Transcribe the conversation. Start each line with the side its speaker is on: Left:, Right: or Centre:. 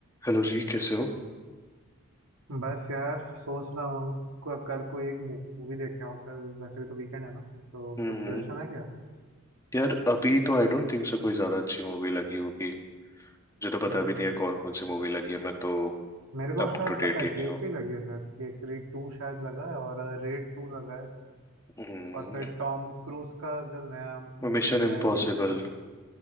Left: Hello जी कैसे हो
Right: बस यार सोच रहा हूँ को- कल कोई एक मूवी देख के आऊँ कल वैसे भी तो वीकेंड है ना तो
Left: हम्म
Right: कुछ सजेशन है क्या
Left: यार अभी तो आई डोंट थिंक सो कोई ज्यादा अच्छी मूवी लगी होगी मुझे तो पता
Right: हम्म
Left: भी नहीं है कौन कौन सी मूवी लगी है मैं तो
Right: मेरे को
Left: अप
Right: शायद
Left: टू डेट
Right: पता है
Left: ही
Right: केसरी
Left: नहीं हूँ
Right: लगी है शायद केसरी टू शायद लगा है और रेड टू लगा है
Left: हम्म
Right: और फिर टॉम क्रूज का जो नया मूवी
Left: Mission Impossible
Right: है वो भी लगा है